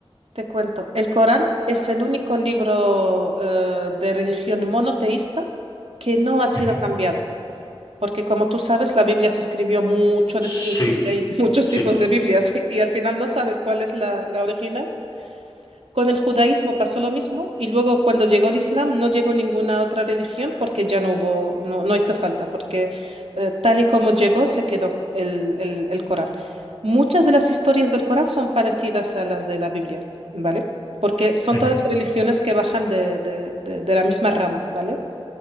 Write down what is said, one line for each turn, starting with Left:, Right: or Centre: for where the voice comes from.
Right: Te cuento, el Corán es el único libro eh, de religión monoteísta que no ha sido
Left: Ujú.
Right: cambiado, porque como tú sabes, la Biblia se escribió mucho
Left: Sí,
Right: después y hay <laughs> muchos
Left: sí.
Right: tipos de Biblias y, al final no sabes cuál es la, la original. Con el judaísmo pasó lo mismo y luego cuando llegó el Islam no llegó ninguna otra religión porque ya no hubo, no, no hizo falta, porque eh, tal y como llegó se quedó el, el, el Corán. Muchas de las historias del Corán son parecidas a las de la Biblia, ¿vale? Porque son
Left: Ujú.
Right: todas religiones que bajan de, de, de, de la misma rama, ¿vale?